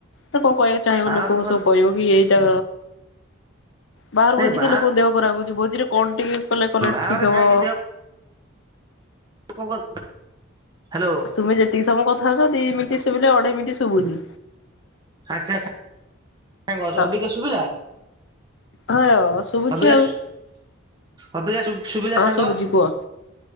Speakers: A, on the left; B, on the right.
A: ନା କଣ କହିବାକୁ ଚାହିଁବ
B: ବାହାଘର
A: ଲୋକଙ୍କୁ
B: ପରେ
A: ସବୁ କହିବ କି ଏଇଟା ବାହାରୁ
B: ନାଇଁ
A: ଭୋଜି
B: ବାହା
A: ଖାଇ ଲୋକଙ୍କ ଦେହ ଖରାପ ହେଉଛି ଭୋଜିରେ କଣ ଟିକେ କଲେ କହିଲେ
B: ବାହାଘର
A: ଠିକ୍ ହବ।
B: ଖାଇକି ଲୋକ ଙ୍କ ହ୍ୟାଲୋ।
A: ତୁମେ ଯେତିକ ସମୟ କଥା ହଉଛ ଦି ମିନିଟ ଶୁଭିଲେ ଅଢେଇ ମିନିଟ ଶୁଭୁନି
B: ଆଛା ଆଛା ଭାଉଜ
A: ହଁ
B: ଅବିକା ଶୁଭିଲା?
A: ହଁ ଶୁଭୁଛି
B: ଅବିକା
A: ଆଉ।
B: ଅବିକା ସୁ ଶୁଭିଲା
A: ହଁ
B: ସାଙ୍ଗ।
A: ଶୁଭୁଛି କୁହ